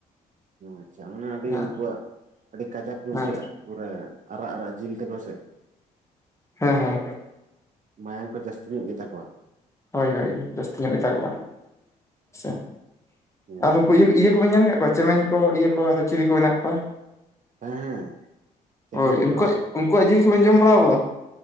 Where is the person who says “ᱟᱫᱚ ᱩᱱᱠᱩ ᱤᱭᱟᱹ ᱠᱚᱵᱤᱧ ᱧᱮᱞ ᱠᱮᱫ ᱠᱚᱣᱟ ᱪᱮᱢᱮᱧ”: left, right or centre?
Left